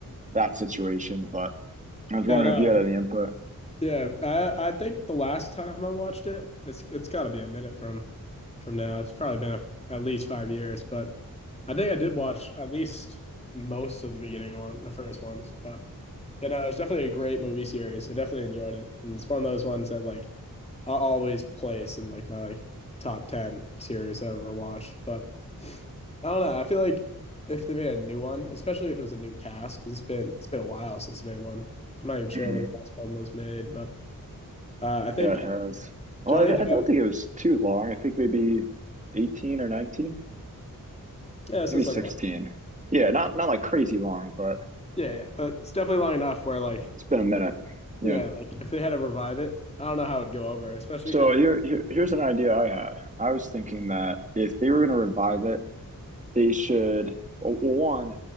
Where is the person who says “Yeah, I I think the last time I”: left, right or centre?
Left